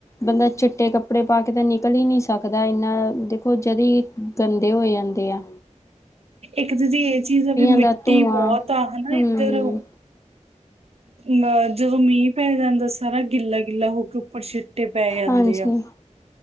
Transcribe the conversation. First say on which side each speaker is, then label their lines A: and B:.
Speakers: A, on the left; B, on the right.
A: ਬੰਦਾ ਚਿੱਟੇ ਕੱਪੜੇ ਪਾ ਕੇ ਤਾਂ ਨਿਕਲ ਹੀ ਨਹੀਂ ਸਕਦਾ। ਇੰਨਾ ਦੇਖੋ ਜਦੀ ਗੰਦੇ ਹੋ ਜਾਂਦੇ ਦੇਆ।
B: ਇੱਕ ਦੀਦੀ ਇਹ ਚੀਜ਼ ਆ ਵੀ ਮਿੱਟੀ
A: ਦਾ ਧੂੰਆਂ
B: ਬਹੁਤ ਆ ਹਨਾ
A: ਹਮ
B: ਇੱਧਰ ਲੈ ਜਦੋਂ ਮੀਂਹ ਪੈ ਜਾਂਦਾ ਸਾਰਾ ਗਿੱਲਾ-ਗਿੱਲਾ ਹੋ ਕੇ ਉੱਪਰ ਛਿੱ ਟੇ ਪੈ ਜਾਂਦੇ
A: ਹਾਂਜੀ
B: ਆ,